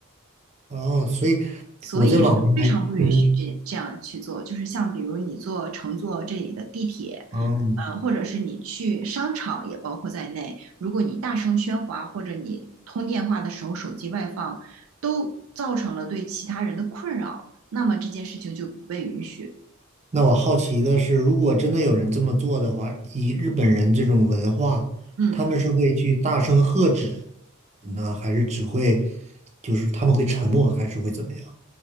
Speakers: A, on the right; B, on the right.
A: 哦，所以
B: 所以是非常不允许这这样去做，
A: 我在网上还，嗯，
B: 就是像比如你坐乘坐这里的地铁，
A: 哦，
B: 呃，或者是你去商场也包括在内，如果你大声喧哗或者你通电话的时候手机外放，都造成了对其他人的困扰，那么这件事情就不被允许。
A: 那我好奇的是，如果真的有人这么做的话，以日本人这种文化，
B: 嗯，
A: 他们是会去大声喝止呢，还是只会，就是他们会沉默，还是会怎么样？